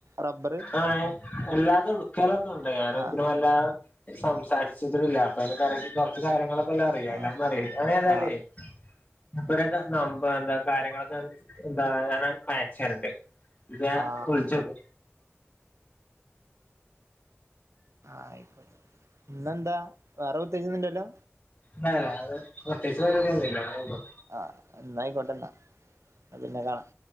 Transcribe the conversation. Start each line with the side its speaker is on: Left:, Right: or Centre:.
Right: റബ്ബറ്
Left: ആഹ് അല്ലാതെടു <unintelligible> ഞാന്
Right: ആ
Left: തിരുവല്ല സംസാരിച്ചിട്ടില്ല അപ്പൊ അയിനക്കറിച്ച് കൊറച്ച് കാര്യങ്ങളൊക്കെല്ലാം അറിയാ
Right: ആ
Left: അല്ലാതൊന്നും അറീണില്ല ഞാൻ ഏതായാലേ
Right: ആ
Left: അമുപ്പരൊക്കെ നമ്പ എന്താ കാര്യങ്ങളൊക്കെ എന്താ ങ്ങനെ ച്ചണ്ട് പിന്നെ
Right: ആ
Left: വിളിച്ചോക്ക്
Right: ആയിക്കോ ഇന്നെന്താ വേറെ പ്രത്തേകിച്ചൊന്നുല്ലല്ലോ
Left: ഇല്ലല്ല അത് പ്രത്യേകിച്ച് പരിപാടി ഒന്നുല്ല
Right: ആഹ് എന്നായിക്കോട്ടെന്നാ അഹ് പിന്നെ കാണാം